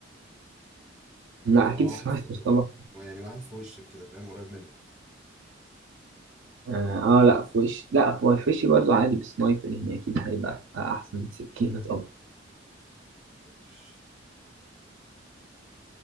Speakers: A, on the right; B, in the centre.
A: لا
B: يعني اللي
A: اكيد
B: هو
A: سنايبر
B: واحد فوق
A: طبعا
B: يعني واحد في وشك كده فاهم قريب منك
A: اه آه، لا في وش لا في وشي برضه عادي بسنايبر يعني اكيد هيبقى احسن من سكينة طبعا
B: ماشي